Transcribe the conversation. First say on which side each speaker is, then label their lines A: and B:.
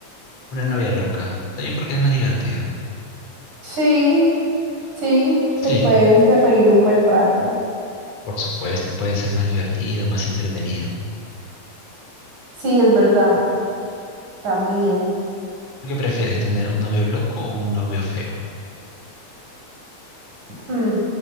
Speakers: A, on the left (about 55°); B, on the right (about 85°).
A: una novia loca. También porque es más divertido.
B: Sí, sí,
A: Sí,
B: te puedes de reír un buen rato.
A: por supuesto, puede ser más divertido, más entretenido.
B: Sí, es verdad, también.
A: ¿Qué prefieres, tener un novio loco o un novio feo?
B: Hmm.